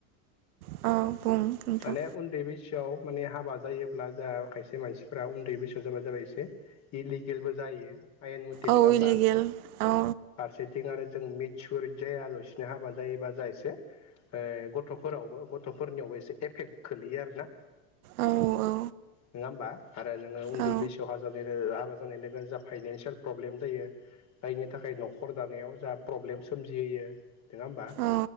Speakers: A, on the right (about 80°); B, on the left (about 40°).
A: औ बुं नोंथां
B: माने उन्दै बैसो सोआव माने हाबा जायोब्ला जा खायसे मानसिफोरा उन्दै बैसोआव जाबा जाबाय एसे इलेगोलबो जा जायो आयेन मथे
A: औ
B: नङा होनबा
A: इलिगेल औ
B: फारसेथिं आरो जों मिसुर जाया लासिनो हाबा जायोबा जा एसे ओ गथफोरावबो गथफोरनियावबो एसे एफेक्ट गोलैयो आरोना
A: औ औ
B: नोङा होमबा आरो नोङो उन्दै
A: औ
B: बैसोआव <unintelligible> हाबा जानाय लोगो जा फाइनानसियेल प्रब्लेम जायो जायनि थाखाय नखर दानायाव जा प्रब्लेम सोमजिहोयो नोङा होमबा
A: औ